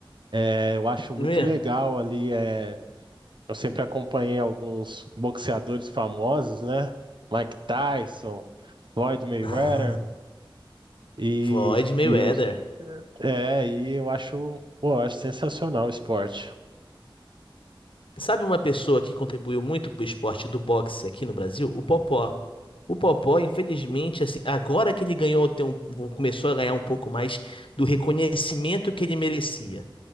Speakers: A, on the right; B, on the left.
A: É, Eu acho
B: mesmo.
A: muito legal ali. É... Eu sempre acompanhei alguns boxeadores famosos, né? Mike Tyson, Floyd Mayweather.
B: <laughs>
A: E,
B: Floyd Mayweather.
A: e eu, é, e eu acho, pô, eu acho sensacional o esporte.
B: Sabe uma pessoa que contribuiu muito pro esporte do boxe aqui no Brasil? O Popó. O Popó, infelizmente, assim, agora que ele ganhou, tem um- começou a ganhar um pouco mais do reconhecimento que ele merecia.